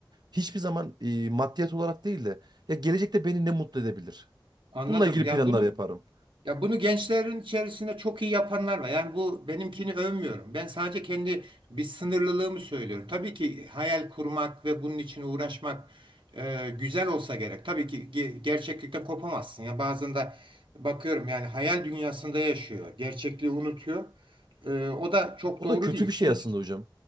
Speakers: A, on the right; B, on the right.
A: hiçbir zaman e, maddiyat olarak değil de ya gelecekte beni ne mutlu edebilir?
B: anladım.
A: Bununla ilgili
B: Yani
A: planlar
B: bunu
A: yaparım.
B: Ya bunu gençlerin içerisinde çok iyi yapanlar var. Yani bu benimkini övmüyorum. Ben sadece kendi bir sınırlılığımı söylüyorum. Tabii ki hayal kurmak ve bunun için uğraşmak e, güzel olsa gerek. Tabii ki ge- gerçeklikten kopamazsın. Ya bazen de bakıyorum yani hayal dünyasında yaşıyor, gerçekliği unutuyor. E, o da çok
A: O
B: doğru
A: da kötü
B: değil.
A: bir
B: Seninki
A: şey aslında hocam.